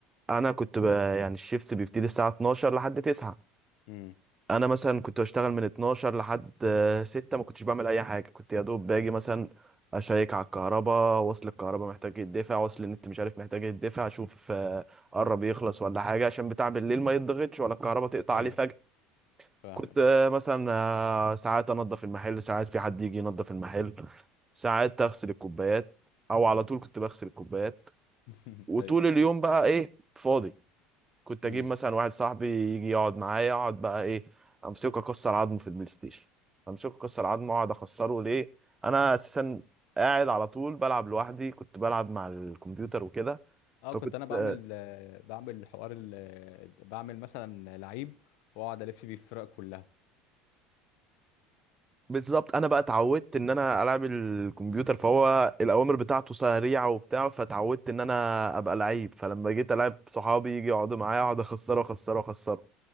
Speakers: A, on the right; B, on the left.
A: انا كنت ب... يعني الشيفت بيبتدي الساعه 12 لحد 9
B: امم
A: انا مثلا كنت بشتغل من 12 لحد آه، 6 ما كنتش بعمل اي حاجه كنت يا دوب باجي مثلا اشيك على الكهرباء وصل الكهرباء محتاج يدفع وصل النت مش عارف محتاج يدفع اشوف آه، قرب يخلص ولا حاجه عشان بتاع بالليل ما يتضغطش ولا الكهرباء تقطع
B: ايوه
A: عليه فجاه
B: فاهمك
A: كنت آه،
B: ايوه
A: مثلا آه، ساعات انضف المحل ساعات في حد يجي ينضف المحل ساعات اغسل الكوبايات او على طول كنت بغسل الكوبايات
B: <laughs>
A: وطول
B: ايوه
A: اليوم بقى ايه فاضي كنت
B: امم
A: اجيب مثلا واحد صاحبي يجي يقعد معايا اقعد بقى ايه امسكه اكسر عظمه في البلاي ستيشن امسكه اكسر عظمه اقعد اخسره ليه انا اساسا قاعد على طول بلعب لوحدي كنت بلعب مع الكمبيوتر وكده
B: اه
A: فكنت
B: كنت انا بعمل
A: آه،
B: آه، بعمل حوار ال- آه، بعمل مثلا لعيب واقعد الف بيه الفرق كلها
A: بالظبط انا بقى اتعودت ان انا العب الكمبيوتر فهو الاوامر بتاعته سريعه وبتاع فتعودت ان انا ابقى لعيب فلما جيت العب صحابي يجي يقعدوا معايا اقعد اخسره اخسره اخسره